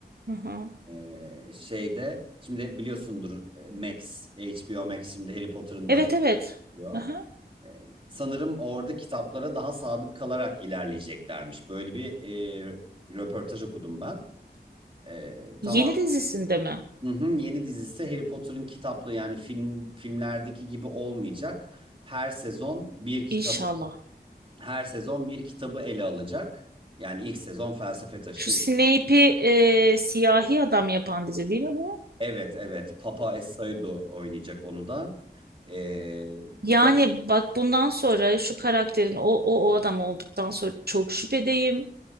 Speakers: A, on the right; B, on the right.
A: hı hı.
B: Ee, e, şeyde şimdi biliyorsundur e, Max HBO Max şimdi Harry Potter'ın
A: Evet
B: da
A: evet.
B: diyor.
A: Hı hı.
B: Ee, sanırım orada kitaplara daha sadık kalarak ilerleyeceklermiş. Böyle bir e, röportaj okudum ben. Ee, tamam
A: Yeni dizisinde mi?
B: hı hı, yeni dizisi Harry Potter'ın kitaplı yani film filmlerdeki gibi olmayacak her sezon bir kitabı
A: İnşallah.
B: her sezon bir kitabı ele alacak. Yani ilk sezon Felsefe Taşı.
A: Şu Snape'i e, siyahi adam yapan dizi değil mi bu?
B: Evet evet Papa Essaydo oynayacak onu da. Ee,
A: Yani
B: tabii,
A: bak bundan sonra şu karakterin o o o adam olduktan sonra çok şüphedeyim.